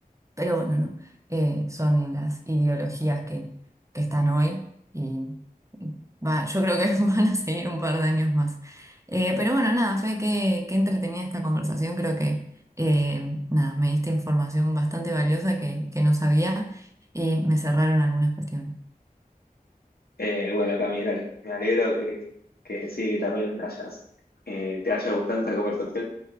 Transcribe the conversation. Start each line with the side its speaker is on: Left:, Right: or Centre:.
Right: Pero bueno, no. Eh, son las ideologías que, que están hoy y va, yo creo que <laughs> van a seguir un par de años más. Eh, pero bueno, nada, Fe, qué, qué entretenida esta conversación. Creo que eh, nada, me diste información bastante valiosa que, que no sabía y me cerraron algunas cuestiones.
Left: Eh, bueno, Cami, dale. Me alegro que, que sí, que también hayas, eh, te haya gustado esta conversación.